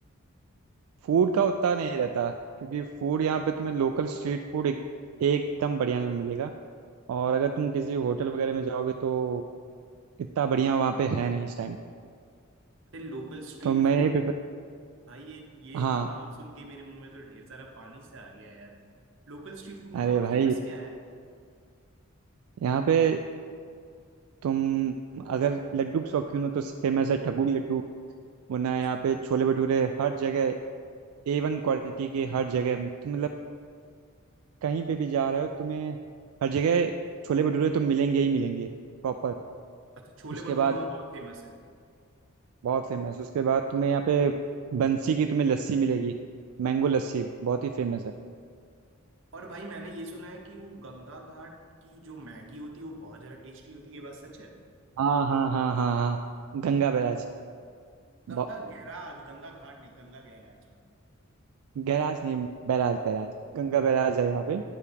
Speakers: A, on the right; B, on the right.
A: फूड का उतना नहीं रहता क्योंकि फूड यहाँ पे तुम्हें लोकल स्ट्रीट फूड एक, एकदम बढ़िया में मिलेगा और अगर तुम किसी होटल वगैरह में जाओगे तो इतना बढ़िया वहाँ पे है नहीं इस टाइम
B: अरे लोकल स्ट्रीट
A: तो मैं
B: फूड
A: यही प्रिफर
B: भाई ये ये
A: हाँ
B: नाम सुन के मेरे मुंह में तो ढेर सारा पानी से आ गया यार लोकल स्ट्रीट फूड में
A: अरे
B: वहाँ
A: भाई
B: फेमस क्या है
A: यहाँ पे तुम अगर लड्डू के शौकीन हो तो फेमस है ठग्गू की लड्डू वरना
B: अच्छा
A: यहाँ पे छोले भटूरे हर जगह ए वन क्वालिटी के हर जगह तुम मतलब कहीं पे भी जा रहे हो तुम्हें हर जगह छोले भटूरे तो मिलेंगे ही मिलेंगे प्रॉपर
B: अच्छा छोले
A: उसके
B: भटूरे
A: बाद
B: वहाँ बहुत फेमस है
A: बहुत फेमस उसके बाद तुम्हें यहाँ पे बंसी की तुम्हें लस्सी मिलेगी मैंगो लस्सी बहुत ही फेमस है
B: और भाई मैंने ये सुना है कि वो गंगा घाट की जो मैगी होती है वो बहुत ज्यादा टेस्टी होती है ये बात सच है
A: हाँ हाँ हाँ हाँ हाँ गंगा बैराज
B: गंगा
A: ब-
B: गैराज गंगा घाट नहीं गंगा गैराज
A: गैराज नहीं बैराज बैराज गंगा बैराज है यहाँ पे